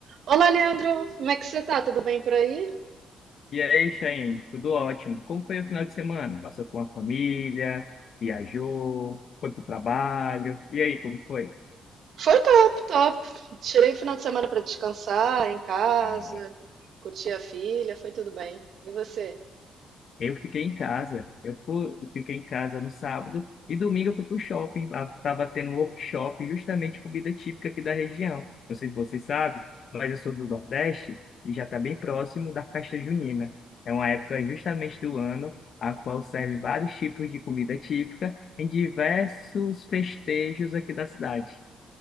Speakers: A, on the right; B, on the left.
A: Olá, Leandro, como é que você tá? Tudo bem por aí?
B: E aí, Chayane, tudo ótimo. Como foi o final de semana? Passou com a família, viajou, foi pro trabalho. E aí, como foi?
A: Foi top, top. Tirei o final de semana pra descansar em casa,
B: Ah,
A: curtir a filha, foi tudo bem. E você?
B: Eu fiquei em casa. Eu fui, eu fiquei em casa no sábado e domingo eu fui pro shopping. Lá estava tendo um workshop justamente de comida típica aqui da região. Não sei se você sabe, mas eu sou do Nordeste e já está bem próximo da festa junina. É uma época justamente do ano a qual serve vários tipos de comida típica em diversos festejos aqui da cidade.